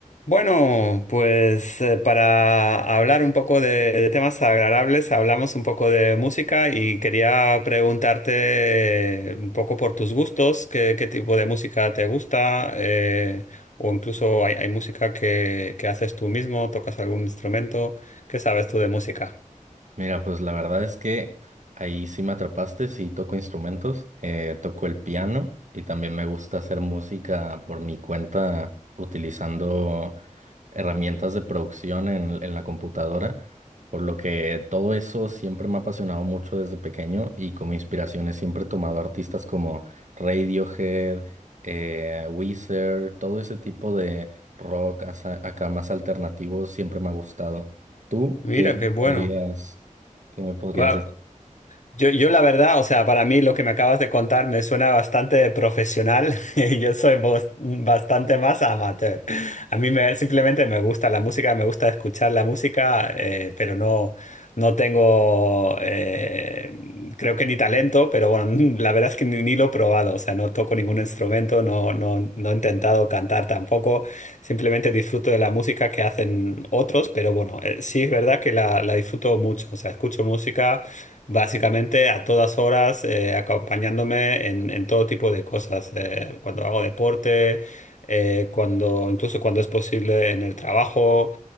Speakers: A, on the left; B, on the right.
A: Bueno, pues eh, para hablar un poco de, de temas agradables, hablamos un poco de música y quería preguntarte eh, un poco por tus gustos, qué, qué tipo de música te gusta, eh, o incluso hay, hay música que, que haces tú mismo, tocas algún instrumento, ¿qué sabes tú de música?
B: Mira, pues la verdad es que ahí sí me atrapaste, sí toco instrumentos, eh, toco el piano y también me gusta hacer música por mi cuenta utilizando herramientas de producción en, en la computadora, por lo que todo eso siempre me ha apasionado mucho desde pequeño y como inspiraciones siempre he tomado artistas como Radiohead, eh, Weezer, todo ese tipo de rock asa- acá más alternativo siempre me ha gustado. ¿Tú
A: Mira,
B: qué
A: qué bueno.
B: podrías? ¿Qué me podrías
A: Va-
B: decir?
A: Yo, yo la verdad, o sea, para mí lo que me acabas de contar me suena bastante profesional <laughs> y yo soy bos- bastante más amateur. A mí me, simplemente me gusta la música, me gusta escuchar la música, eh, pero no, no tengo, eh, creo que ni talento, pero bueno, <laughs> la verdad es que ni, ni lo he probado, o sea, no toco ningún instrumento, no, no, no he intentado cantar tampoco, simplemente disfruto de la música que hacen otros, pero bueno, eh, sí es verdad que la, la disfruto mucho, o sea, escucho música básicamente a todas horas eh, acompañándome en, en todo tipo de cosas, eh, cuando hago deporte, eh, cuando, incluso cuando es posible en el trabajo,